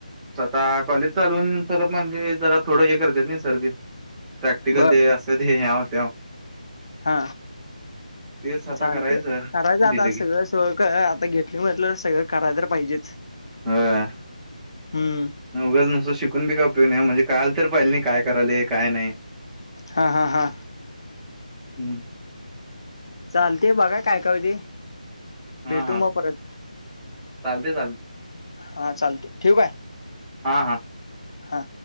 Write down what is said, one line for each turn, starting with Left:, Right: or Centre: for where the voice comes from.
Centre: स्वतः कॉलेज चालवून तर म्हणजे जरा थोडं हे करत्यात नाही सर, प्रॅक्टिकल
Left: बर
Centre: दे असं दे हाव त्याव.
Left: हा
Centre: तेच आता
Left: चालते करायचं आता
Centre: दिलं की
Left: सगळं, सं का आता घेतली म्हटलं सगळं करायला तर पाहिजेच.
Centre: हं
Left: हम्म
Centre: नाय उगा नुस्तं शिकून बी काय उपयोग नाही म्हणजे काळलं तर पाहिले काय कराय काय नाही.
Left: हा हा हा
Centre: हम्म
Left: चालतेय बघा काय काय होते.
Centre: हा
Left: भेटू
Centre: हा
Left: मग परत
Centre: चालते चालते.
Left: हा चालते ठेवू का?
Centre: हा हा
Left: हां